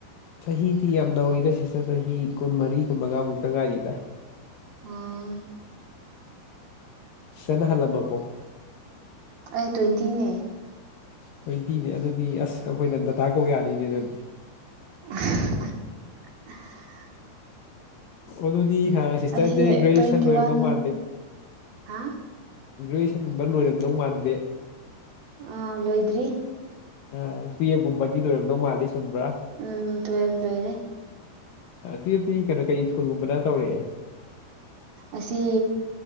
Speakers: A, on the left (about 70°); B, on the right (about 65°).
A: ꯆꯍꯤꯗꯤ ꯌꯥꯝ ꯅꯧꯔꯤꯗ ꯁꯤꯁꯇꯔ ꯆꯍꯤ ꯀꯨꯟꯃꯔꯤ ꯀꯨꯟꯃꯉꯥꯃꯨꯛꯇ ꯉꯥꯏꯔꯤꯗ꯫
B: ꯑꯣ
A: ꯁꯤꯁꯇꯔꯅ ꯍꯜꯂꯝꯃ ꯕꯣ?
B: ꯑꯩ ꯇ꯭ꯋꯦꯟꯇꯤꯅꯦ
A: ꯇ꯭ꯋꯦꯟꯇꯤꯅꯦ ꯑꯗꯨꯗꯤ ꯑꯁ ꯑꯩꯈꯣꯏꯗ ꯗꯗꯥꯗꯥ ꯀꯧ ꯌꯥꯅꯤꯅꯦ ꯅꯪꯗꯤ꯫
B: <unintelligible>
A: ꯑꯗꯨꯗꯤ ꯁꯤꯁꯇꯔꯖꯦ
B: ꯑꯩꯁꯦ
A: ꯒ꯭ꯔꯦꯖꯨꯌꯦꯁꯟ
B: ꯇ꯭ꯋꯦꯟꯇꯤ
A: ꯂꯣꯏꯔꯝꯗꯧ
B: ꯋꯥꯟ
A: ꯃꯥꯟꯗꯦ꯫
B: ꯍꯥ
A: ꯒ꯭ꯔꯦꯖꯨꯑꯦꯁꯟꯒꯨꯝꯕ ꯂꯣꯏꯔꯝꯗꯧ ꯃꯥꯟꯗꯦ꯫
B: ꯑꯥ ꯂꯣꯏꯗ꯭ꯔꯤ꯫
A: ꯑ ꯇꯨꯌꯦꯞꯒꯨꯝꯕꯗꯤ ꯂꯣꯏꯔꯝꯗꯧ ꯃꯥꯜꯂꯤ ꯆꯨꯝꯕ꯭ꯔꯥ?
B: ꯎꯝ ꯇ꯭ꯋꯦꯜꯞ ꯂꯣꯏꯔꯦ꯫
A: ꯇꯨꯌꯦꯞꯇꯤ ꯀꯩꯅꯣ ꯀꯩ ꯁ꯭ꯀꯨꯜꯒꯨꯝꯕꯅ ꯇꯧꯔꯛꯑꯦ?
B: ꯑꯁꯤ